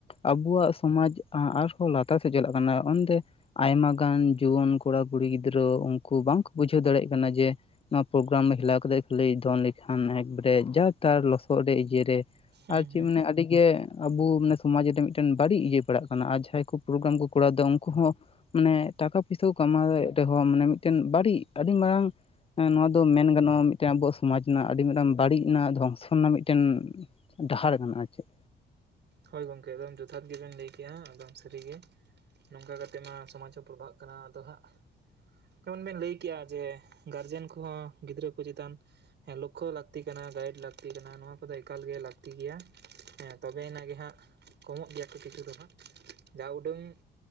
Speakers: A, on the left (about 30°); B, on the right (about 60°).
A: ᱟᱵᱩᱣᱟᱜ ᱥᱚᱢᱟᱡ ᱟᱨᱦᱚᱸ ᱞᱟᱛᱟᱨ ᱥᱮᱡ ᱪᱟᱞᱟᱜ ᱠᱟᱱᱟ, ᱩᱱᱫᱚ ᱟᱭᱢᱟ ᱜᱟᱱ ᱡᱩᱣᱟᱹᱱ ᱠᱚᱲᱟ ᱠᱩᱲᱤ ᱜᱤᱫᱽᱨᱟᱹ ᱩᱱᱠᱩ ᱵᱟᱝᱠᱚ ᱵᱩᱡᱷᱟᱹᱣ ᱫᱟᱲᱮᱜ ᱠᱟᱱᱟ ᱡᱮ ᱱᱚᱣᱟ ᱯᱨᱳᱜᱨᱟᱢ ᱨᱮ ᱦᱮᱞᱟᱣ ᱠᱟᱛᱮ ᱠᱷᱟᱹᱞᱤ ᱫᱚᱱ ᱞᱮᱠᱷᱟᱱ ᱮᱠᱵᱟᱨᱮ ᱡᱟ ᱛᱟᱨ ᱞᱚᱥᱚᱫ ᱨᱮ ᱤᱭᱟᱹᱨᱮ
B: ᱦᱩᱸ
A: ᱟᱨ ᱪᱮᱫ
B: ᱦᱩᱸ
A: ᱢᱟᱱᱮ ᱟᱹᱰᱤ ᱜᱮ ᱟᱵᱚ ᱢᱟᱱᱮ ᱥᱚᱢᱟᱡ ᱨᱮ ᱢᱤᱫᱴᱮᱱ ᱵᱟᱹᱲᱤᱡ ᱤᱭᱟᱹ ᱯᱟᱲᱟᱜ ᱠᱟᱱᱟ ᱟᱨ ᱡᱟᱦᱟᱸᱭ ᱠᱩ ᱯᱨᱳᱜᱨᱟᱢ ᱠᱚ ᱠᱚᱨᱟᱣ ᱫᱟ ᱩᱱᱠᱩ ᱦᱚᱸ ᱢᱟᱱᱮ ᱴᱟᱠᱟ ᱯᱚᱭᱥᱟ ᱠᱚ ᱠᱟᱢᱟᱣᱮᱫ ᱨᱮᱦᱚᱸ ᱢᱟᱱᱮ ᱢᱤᱫᱴᱮᱱ ᱵᱟᱲᱤᱡ ᱟᱹᱰᱤ ᱢᱟᱨᱟᱝ ᱮᱸ ᱱᱚᱣᱟ ᱫᱚ ᱢᱮᱱ ᱜᱟᱱᱚᱜ-ᱟ ᱢᱤᱫᱮᱱ ᱟᱵᱚᱣᱟᱜ ᱥᱚᱢᱟᱡ ᱨᱮᱱᱟᱜ ᱟᱹᱰᱤ ᱢᱤᱫᱴᱟᱝ ᱵᱟᱹᱲᱤᱡ ᱨᱮᱱᱟᱜ ᱫᱷᱚᱝᱥᱚ ᱨᱮᱱᱟᱜ ᱢᱤᱫᱴᱮᱱ ᱰᱟᱦᱟᱨ ᱠᱟᱱᱟ ᱟᱨ ᱪᱮᱫ᱾
B: ᱦᱳᱭ ᱜᱚᱝᱠᱮ ᱮᱠᱫᱚᱢ ᱡᱚᱛᱷᱟᱛ ᱜᱤᱵᱮᱱ ᱞᱟᱹᱭ ᱠᱮᱜ-ᱟ ᱮᱠᱫᱚᱢ ᱥᱟᱹᱨᱤ ᱜᱮ᱾ ᱱᱚᱝᱠᱟ ᱠᱟᱛᱮᱫ ᱢᱟ ᱥᱚᱢᱟᱡᱽ ᱦᱚᱸ ᱯᱨᱚᱵᱷᱟᱜ ᱠᱟᱱᱟ ᱟᱫᱚ ᱦᱟᱸᱜ᱾ ᱡᱮᱢᱚᱱ ᱵᱮᱱ ᱞᱟᱹᱭ ᱠᱮᱜ-ᱟ ᱡᱮ ᱜᱟᱨᱡᱮᱱ ᱠᱚᱦᱚᱸ ᱜᱤᱫᱽᱨᱟᱹ ᱠᱚ ᱪᱮᱛᱟᱱ ᱦᱮᱸ, ᱞᱳᱠᱷᱳ ᱞᱟᱹᱠᱛᱤ ᱠᱟᱱᱟ ᱜᱟᱭᱤᱰ ᱞᱟᱹᱠᱛᱤ ᱠᱟᱱᱟ ᱱᱚᱣᱟ ᱠᱚᱫᱚ ᱮᱠᱟᱞ ᱜᱮ ᱞᱟᱹᱠᱛᱤ ᱜᱮᱭᱟ, ᱦᱮᱸ ᱛᱚᱵᱮᱱᱟᱜ ᱜᱮ ᱦᱟᱸᱜ ᱠᱚᱢᱚᱜ ᱜᱮᱭᱟ ᱠᱚ ᱠᱤᱪᱷᱩ ᱫᱚ ᱦᱟᱸᱜ, ᱡᱟ ᱩᱰᱟᱹᱝ